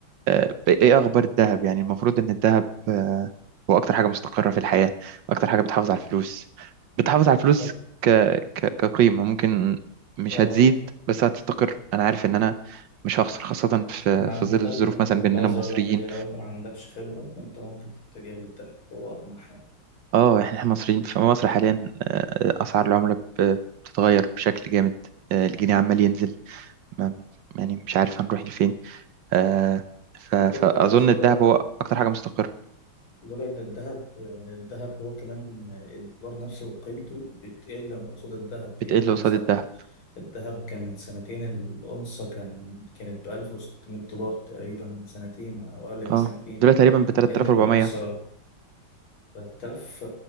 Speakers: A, on the right; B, on the left.
A: آه، ايه اخبار الذهب يعني المفروض ان الذهب آه، هو اكتر حاجه مستقره في الحياه اكتر حاجه بتحافظ على الفلوس بتحافظ على الفلوس
B: تخط
A: ك... ك- كقيمه ممكن مش
B: اه
A: هتزيد بس هتستقر انا عارف ان انا مش هخسر خاصه في
B: ما
A: في
B: ده
A: ظل الظروف
B: اللي
A: مثلا
B: كنت
A: باننا
B: عايز
A: مصريين
B: أقول لك عليه لو أنت ما عندكش خبرة أنت ممكن تتجه للذهب هو أطمح يعني
A: اه احنا إحنا مصريين في مصر حاليا آه، اسعار العمله ب- بتتغير بشكل جامد آه، الجنيه عمال ينزل ما... يعني مش عارف هنروح لفين آه، ف... فاظن
B: خد بالك لولا
A: الذهب هو اكتر حاجه مستقره
B: لولا إن الذهب الذهب هو كمان الدولار نفسه وقيمته بتقل قصاد الذهب
A: بتقل
B: يعني
A: قصاد
B: مثلا
A: الذهب
B: الذهب كان من سنتين الأونصة كان كانت بألف وستمية دولار تقريبا من سنتين أو أقل من
A: اه
B: سنتين
A: دلوقتي تقريبا ب 3400
B: حاليا الأونصة تلات آلاف